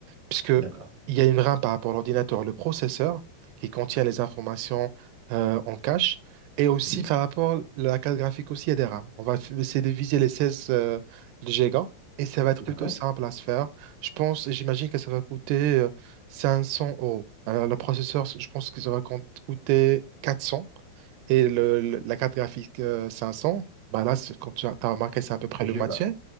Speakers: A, on the right; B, on the right.
A: puisque
B: d'accord,
A: il y a une RAM par rapport à l'ordinateur, le processeur, qui contient les informations euh, en cache, et aussi
B: oui,
A: par rapport à la carte graphique aussi, il y a des RAM. On va f- essayer de viser les 16 euh, gigas, et ça va être
B: d'accord,
A: plutôt simple à se faire. Je pense, j'imagine que ça va coûter euh, 500 euros. Alors, le processeur, je pense que ça va co- coûter 400 et le, le- la carte graphique euh, 500. bah là, c'est- comme tu as t'as remarqué, c'est à peu près
B: je
A: le match.
B: vois,